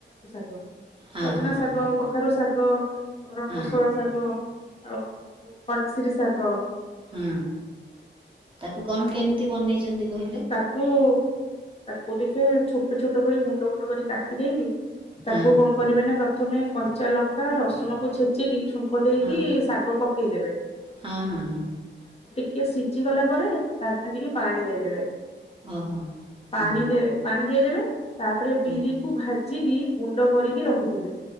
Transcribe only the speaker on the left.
ଗ।
ସଜନା
ଶାଗ,
କଖାରୁ ଶାଗ, ହଁ। ଆମର
କୋଶଳା ଶାଗ ଆଉ -ଉ ଶିରିଷାଗ।
ଯୋଉ
ତାକୁ ତାକୁ ଟିକେ ଛୋଟ ଛୋଟ କରି ଗୁଣ୍ଡ ଗୁଣ୍ଡ କରି କାଟି ଦେଇକି
ତାକୁ କଣ କରିବେ ନା ପ୍ର ପ୍ରଥମେ କଞ୍ଚା ଲଙ୍କା ରସୁଣକୁ ଛେଚିକି ଛୁଙ୍କ ଦେଇକି
ଶାଗ ପ କେଇଦେବେ।
ଟିକେ ସିଝିଗଲା ପରେ ତା ଦେହରେ ଟିକଏ ପାଣି ଦେଇଦେବେ।
ପାଣି ଦେ ପାଣି ଦେଇଦବେ। ତାପରେ
ବିରି କୁ ଭାଜ୍ ଜକି ଗୁଣ୍ଡ କରିକି ରଖିଥିବେ।